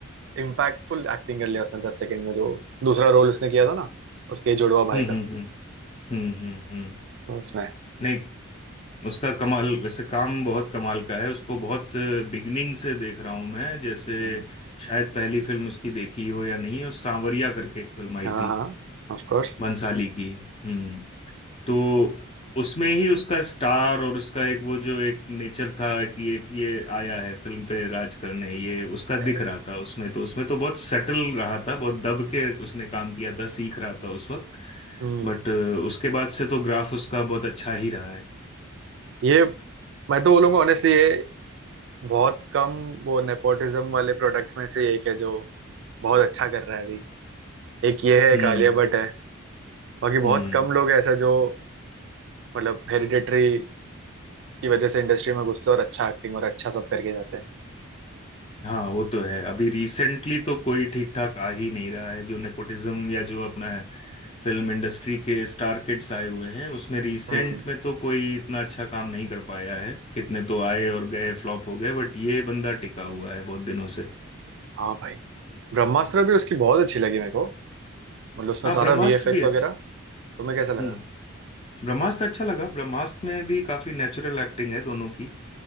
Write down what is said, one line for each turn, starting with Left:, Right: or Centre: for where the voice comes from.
Right: इम्पैक्टफुल एक्टिंग कर लिया उसने दस सेकंड में जो दूसरा रोल उसने किया था ना उसके जुड़वा
Left: हम्म
Right: भाई का
Left: हम्म हम्म हम्म हम्म हम्म
Right: तो उसमें
Left: नहीं उसका कमाल वैसे काम बहुत कमाल का है उसको बहुत बिगनिंग से देख रहा हूं मैं जैसे
Right: हम्म
Left: शायद पहली फिल्म उसकी देखी हो या नहीं उस सांवरिया करके एक फिल्म आई
Right: हाँ
Left: थी
Right: हाँ Of course
Left: भंसाली की हम्म तो उसमें ही उसका स्टार और उसका एक वो जो एक नेचर था कि एक ये आया है फिल्म पे राज करने ये उसका
Right: Yes.
Left: दिख रहा था उसमें तो उसमें तो बहुत सटल रहा था बहुत दब के उसने काम किया था सीख रहा था उस वक्त
Right: हम्म
Left: बट उसके बाद से तो ग्राफ उसका बहुत अच्छा ही रहा है
Right: ये मैं तो बोलूंगा ऑनेस्टली ये बहुत कम वो नेपोटिज्म वाले प्रोडक्ट्स में से एक है जो बहुत अच्छा कर रहा है अभी एक ये है
Left: हम्म
Right: एक आलिया भट्ट है बाकी
Left: हम्म
Right: बहुत कम लोग ऐसा जो मतलब हेरिडिटरी की वजह से इंडस्ट्री में घुसते हैं और अच्छा एक्टिंग और अच्छा सब करके जाते हैं
Left: हाँ वो तो है अभी रिसेंटली तो कोई ठीक ठाक आ ही नहीं रहा है जो नेपोटिज्म या जो अपना है फिल्म इंडस्ट्री के स्टार किड्स आए हुए हैं उसमें रिसेंट
Right: हम्म
Left: में तो कोई इतना अच्छा काम नहीं कर पाया है कितने तो आए और गए फ्लॉप हो गए बट ये बंदा टिका हुआ है बहुत दिनों से
Right: हाँ भाई ब्रह्मास्त्र भी उसकी बहुत अच्छी लगी मेरे को मतलब उसमें
Left: हाँ
Right: सारा
Left: ब्रह्मास्त्र
Right: वीएफएक्स
Left: भी अच्छी
Right: वगैरह तुम्हें कैसा लगा
Left: हम्म ब्रह्मास्त्र अच्छा लगा ब्रह्मास्त्र में भी काफी नेचुरल एक्टिंग है दोनों की